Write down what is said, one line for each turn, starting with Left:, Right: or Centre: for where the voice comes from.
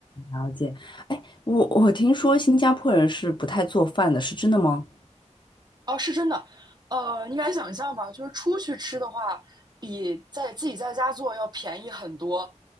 Left: 了解。哎，我我听说新加坡人是不太做饭的，是真的吗？
Right: 哦，是真的，呃，你敢想象吗？就是出去吃的话，比在自己在家做要便宜很多，